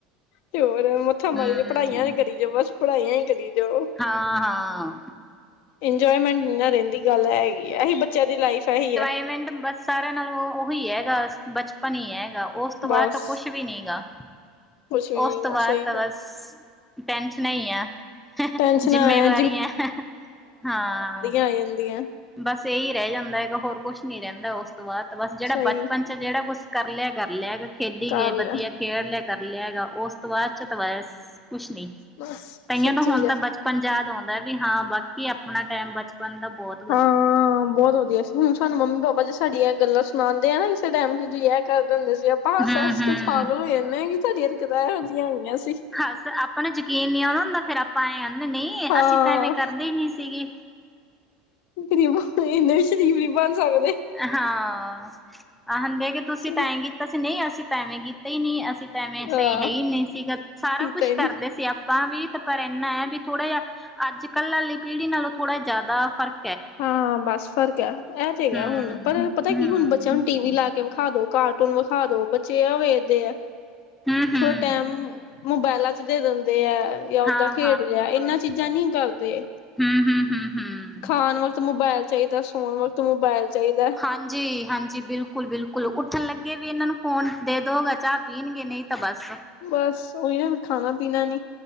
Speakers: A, on the left; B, in the centre.
A: ਤੇ ਹੋਰ ਮੱਥਾ ਮਾਰੀ
B: ਹਮ
A: ਜਾਓ, ਪੜ੍ਹਾਈਆਂ ਈ ਕਰੀ ਜਾਓ ਬਸ, ਪੜ੍ਹਾਈਆਂ ਹੀ ਕਰੀ ਜਾਓ।
B: ਹਾਂ, ਹਾਂ।
A: ਇੰਜੋਏਮੈਂਟ ਨੀ ਨਾ ਰਹਿੰਦੀ ਗੱਲ ਹੈਗੀ ਐ, ਏਹੀ ਬੱਚਿਆਂ ਦੀ ਲਾਈਫ ਏਹੀ ਹੈ।
B: ਨਵੇਂਡਮ ਬੱਸ ਸਾਰੇਆਂ ਨਾਲੋਂ ਉਹੀ ਹੈਗਾ ਬਚਪਨ ਈ ਹੈਗਾ, ਓਸ ਤੋਂ ਬਾਅਦ
A: ਬਸ
B: ਤਾਂ ਕੁਛ ਵੀ ਨੀ ਗਾ।
A: ਕੁਛ ਵੀ ਨੀ
B: ਓਸ
A: ਹੈਗਾ
B: ਤੋਂ ਬਾਅਦ
A: ਸਹੀ
B: ਤਾਂ
A: ਗੱਲ।
B: ਬਸ, ਟੈਨਸ਼ਨਾ ਈ ਆ।
A: ਟੈਨਸ਼ਨਾਂ
B: ਜਿੰਮੇਵਾਰੀਆਂ
A: ਹੈ
B: ਹਾਂ।
A: ਪੈ ਜਾਂਦੀਆਂ।
B: ਬਸ ਏਈ ਰੇਹ ਜਾਂਦਾ ਹੈਗਾ, ਹੋਰ ਕੋਛ ਨੀ ਰੈਂਦਾ ਓਸ ਤੋਂ ਬਾਅਦ ਤੇ ਬਸ, ਜੇਹੜਾ
A: ਸਹੀ
B: ਬਾਚਪਨ ਚ ਜੇਹੜਾ ਕੁਛ ਕਰ ਲੇਆ ਕਰ ਲੇਆ ਹੈਗਾ, ਖੇਡੀ
A: ਕਰ
B: ਗਏ
A: ਲਿਆ
B: ਵਧੀਆ ਖੇਡ ਲੇਆ ਕਰ ਲੇਆ ਹੈਗਾ, ਓਸ ਤੋਂ ਬਾਅਦ ਚ ਤੇ ਬਸ ਕੁਛ ਨੀ,
A: ਬਸ
B: ਕਈਆਂ
A: ਸੱਚੀ
B: ਦਾ ਹੁਣ
A: ਜ
B: ਤਾਂ ਬਚ ਪੰਜਾਦ ਔਉਂਦਾ ਵੀ ਹਾਂ, ਬਾਕੀ ਆਪਣਾ ਟੈਮ ਬਚਪਨ ਦਾ ਬੋਹ
A: ਹਾਂ ਬੋਹਤ ਵਧੀਆ ਸੀ, ਹੁਣ ਸਾਨੂੰ ਮੰਮੀ ਪਾਪਾ ਜੀ ਸਾਡੀਆਂ ਗੱਲਾਂ ਸੁ ਸੁਨਾਂਦੇ ਆ ਨਾ ਕਿਸੇ ਟੈਮ, ਕਿ ਤੁਸੀਂ ਏਹ ਕਰਦੇ ਹੁੰਦੇ ਸੀ ਆਪਾਂ ਹਾਸ
B: ਹੂੰ-ਹੂੰ
A: ਹੱਸ ਕੇ ਪਾਗਲ ਹੋਈ ਜਾਨੇ ਆਂ ਕਿ ਸਾਡੀ ਹਰਕਤਾਂ ਐਹੋ ਜਿਈਆਂ ਹੇਗੀਆਂ ਸੀ।
B: ਹਾਸ ਆਪਾਂ ਨੂੰ ਜਕੀਨ ਨਈ ਔਉਣਾ ਹੁੰਦਾ ਫੇਰ ਆਪਾਂ ਐਂ ਆਨੇ, ਨਈ
A: ਹਾਂ
B: ਅਸੀਂ ਤਾਂ ਐਵੇਂ ਕਰਦੇ ਈ ਨਈ ਸੀਗੇ।
A: ਰੀ ਵ ਏਨੇ ਸ਼ਰੀਫ ਵੀ ਬਣ ਸਕਦੇ।
B: ਹਾਂ ਆਹੁੰਦੇ ਕਿ ਤੁਸੀਂ
A: ਚਲੋ
B: ਤਾਂ ਆਏ ਕੀਤਾ ਸੀ, ਨਈ ਅਸੀਂ ਤਾਂ ਏਵੇਂ ਕੀਤਾ ਈ ਨਈ ਅਸੀਂ ਤਾਂ ਐਵੇਂ
A: ਹਾਂ
B: ਸਈ ਹੈ ਈ ਨਈ ਸੀਗਾ, ਸਾਰਾ
A: ਕੀਤਾ
B: ਕੁਛ
A: ਹੀ ਨੀ
B: ਕਰਦੇ ਸੀ ਆਪ ਤਾ ਵੀ ਤੇ ਪਰ ਏਨਾਂ ਹੈ ਵੀ ਥੋੜਾ ਜੇਹਾ ਅੱਜ ਕੱਲ੍ਹ ਆਲੀ ਪੀੜ੍ਹੀ ਨਾਲੋਂ ਥੋੜਾ ਜਾਏਦਾ ਫਰਕ
A: ਹਾਂ ਬਸ ਫਰਕ ਐ ਏਹ ਤੇ ਹੈਗਾ
B: ਹਮ।
A: ਹੁਣ ਪਰ ਪਤਾ
B: ਹਮ
A: ਕੀ ਹੁਣ ਬੱਚੇਆਂ ਨੂੰ ਟੀ ਵੀ ਲਾ ਕੇ ਵੇਖਾ ਦੋ ਕਾਰਟੂਨ ਵਖਾ ਦੋ, ਬੱਚੇ ਏਹ ਵੇਖਦੇ ਐ,
B: ਹਮ ਹਮ
A: ਥੋੜਾ ਟੈਮ ਮੂਬਾਏਲਾਂ ਚ ਦੇ ਦੰਦੇ ਐ ਯਾ ਓਦਾਂ
B: ਹਾਂ
A: ਖੇਡ ਲੇਆ, ਏਹਨਾਂ ਚੀਜ਼ਾਂ ਨਈ ਕਰਦੇ।
B: ਹਮ-ਹਮ-ਹਮ-ਹਮ।
A: ਖਾਣ ਵਕਤ ਮੋਬਾਏਲ ਚਾਈਦਾ, ਸੌਣ ਵਕਤ ਮੋਬਾਇਲ ਚਾਹੀਦਾ ਏ।
B: ਹਾਂਜੀ-ਹਾਂਜੀ, ਬਿਲਕੁਲ-ਬਿਲਕੁਲ ਉੱਠਣ ਲੱਗੇ ਵੀ ਏਹਨਾਂ ਨੂੰ ਫੋਨ ਦੇ ਦੋਗੇ ਚਾਹ ਪੀਣਗੇ, ਨਈ ਤਾਂ ਬਸ
A: ਬਸ ਓਈ ਨਾ ਖਾਨਾ ਪੀਨਾ ਨੀ।